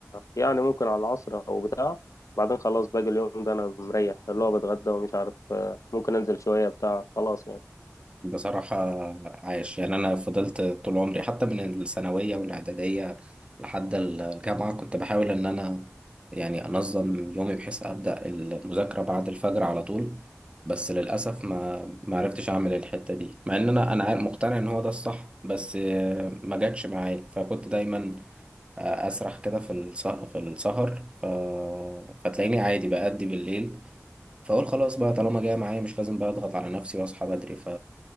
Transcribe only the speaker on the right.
بصراحة عايش يعني أنا فضلت طول عمري حتى من الثانوية والإعدادية لحد الجامعة كنت بحاول إن أنا يعني أنظم يومي بحيث أبدأ المذاكرة بعد الفجر على طول بس للأسف ما ما عرفتش أعمل الحتة دي مع إن أنا أنا عارف- مقتنع إن هو ده الصح بس آه، ما جاتش معايا فكنت دايما آه، أسرح كده في السهر في السهر ف... فتلاقيني عادي بأدي بالليل فأقول خلاص بقى طالما جاية معايا مش لازم بقى أضغط على نفسي وأصحى بدري ف